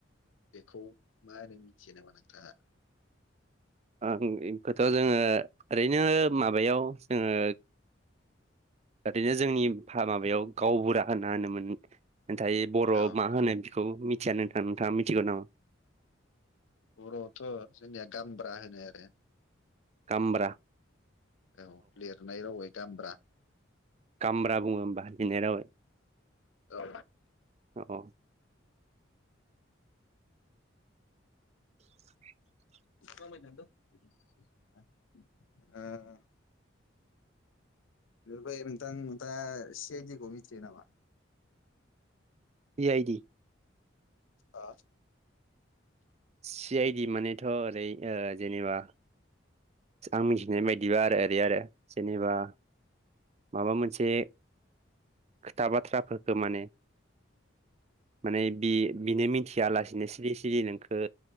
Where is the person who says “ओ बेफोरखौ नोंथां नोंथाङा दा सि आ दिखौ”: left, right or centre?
Left